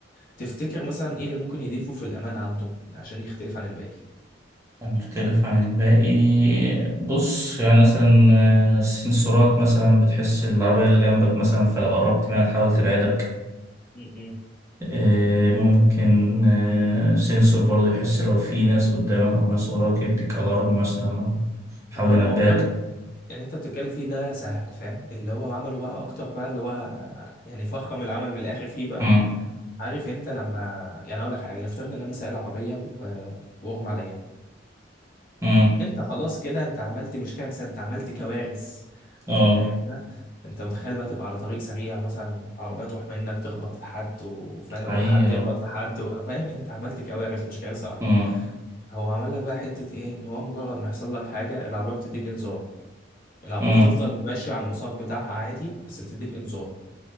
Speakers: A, on the left; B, on the right.
A: تفتكر مثلا ايه اللي ممكن يضيفه في الامان عنده عشان يختلف عن الباقي
B: هنختلف عن الباقي بص يعني مثلا آه، السنسورات مثلا بتحس العربية اللي جنبك مثلا فلو قربت منها تحاول تبعدك
A: م- م.
B: آه، ممكن آه، سنسور برضه يحس لو في ناس قدامك أو ناس وراك يديك ألارم مثلا أو يحاول
A: هو
B: ينبهك
A: الموضوع اللي انت بتتكلم فيه ده سهل فاهم اللي هو عمله بقى اكتر بقى اللي هو يعني فخم العمل من الاخر فيه بقى
B: مم،
A: عارف انت لما يعني اقول لك حاجه نفترض ان انا سائق عربيه و- واغمى عليا
B: مم،
A: انت خلاص كده انت عملت مش كارثه انت عملت كوارث
B: اه
A: فاهم انت انت متخيل بقى تبقى على طريق سريع مثلا عربيه تروح منك تخبط في حد وفاهم
B: حقيقة
A: والحد يخبط في حد و- فاهم انت عملت كوارث مش كارثه واحده
B: مم،
A: هو عمل لك بقى حته ايه ان هو مجرد ما يحصل لك حاجه العربيه بتديك انذار العربية
B: مم،
A: بتفضل ماشية على المسار بتاعها عادي بس بتديك انذار